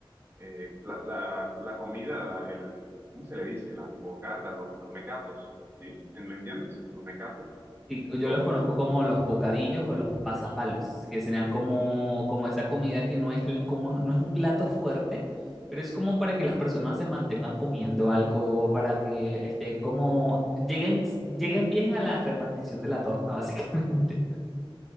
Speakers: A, on the right; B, in the centre.
A: eh, la, la, la comida, la- el, ¿cómo se le dice? Las bocatas, los, los mecatos, ¿sí? ¿En- ¿Me entiendes? Los mecatos.
B: Sí,
A: Los,
B: yo los conozco como los bocadillos o los pasapalos,
A: eso.
B: que serían como, como esa comida que no es, la- como, no es un plato fuerte, pero es como para que las personas se mantengan comiendo algo, para que estén como, lleguen, lleguen bien a la repartición de la torta, <laughs> básicamente.